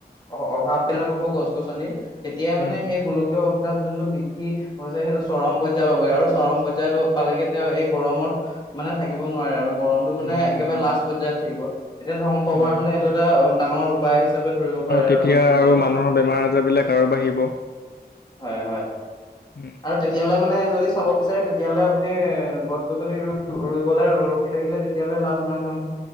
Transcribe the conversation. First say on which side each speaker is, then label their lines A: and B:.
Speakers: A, on the left; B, on the left.
A: অ অভাৱ বিলাক হ'ব গছ গছনি তেতিয়াই
B: উম
A: মানে
B: হম
A: সেই গোলকীয় উত্তাপ যোনটো বৃদ্ধি গছে সেইটো চৰম পৰ্যায় পাবগ আৰু চৰম পৰ্যায়টো পালেগে তেওঁ এই গৰমত মানে থাকিব নোৱাৰে আৰু গৰম টো মানে
B: উম হম
A: একেবাই লাষ্ট
B: হম
A: পৰ্যায়ত থাকিব তেতিয়া ধ্বংস
B: হয়
A: কৰা মানে সেইটো এটা অ ডাঙৰ উপায় হিচাপে ধৰিব পাৰে আৰু
B: তেতিয়া
A: মানুহ বিলাকে
B: মানুহৰ বেমাৰ আজাৰ বিলাক আৰু বাঢ়িব
A: হয় হয়
B: হু
A: আৰু তেতিয়ালে মানে যদি চাব বিচাৰে তেতিয়াহ'লে আপুনি গছ গছনি ৰুই ৰুইবলৈ ৰ ৰখি থাকিলে তিয়ালে লাভ নাই নহয়